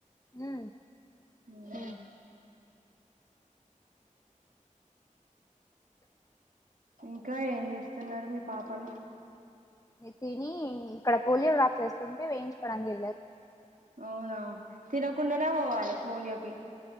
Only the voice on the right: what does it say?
ఉమ్,
ఇంకా ఏం చేస్తున్నారు మీ పాపలు
అవునా తినకుండానే పోవాలే పోలియోకి